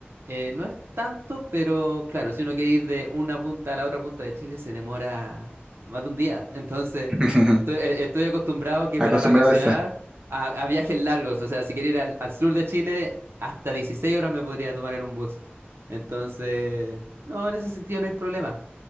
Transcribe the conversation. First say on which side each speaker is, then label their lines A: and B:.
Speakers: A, on the right; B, on the right.
A: eh, no es tanto, pero claro, si uno quiere ir de una punta a la otra punta de Chile se demora más de un día. Entonces,
B: <laughs>
A: estoy, eh, estoy acostumbrado que
B: acostumbrado
A: para vacacionar
B: a,
A: a, a viajes largos, o sea, si quiero ir al, al sur de Chile, hasta 16 horas me podría tomar en un bus. Entonces, no, en ese sentido no hay problema.